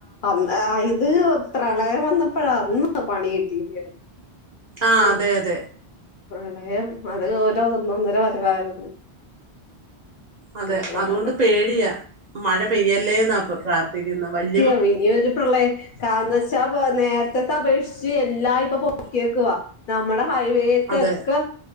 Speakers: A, on the left (about 55°); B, on the right (about 50°).
A: അന്ന് ഇത് പ്രളയം വന്നപ്പഴാ അന്ന് പണി കിട്ടി കിട്ടിയത്
B: ആഹ്
A: ഓ
B: അതെ അതെ
A: പ്രളയം അത് ഓരോ ഒന്നൊന്നര വരവായിരുന്നു
B: അതെ
A: പ്രളയകാലം
B: അതുകൊണ്ട് പേടിയാ മഴ പെയ്യല്ലേ എന്നാ ഇപ്പോ പ്രാർത്ഥിക്കുന്നെ വലി
A: തിയാ ഇനിയൊരു പ്രളയം കാരണെന്ന്ച്ചാ നേരത്തത്തെ അപേക്ഷിച്ച് എല്ലാ പ്പ പൊക്കിയേക്കുവാ നമ്മടെ ഹൈവേക്കൊക്കെ
B: അതെ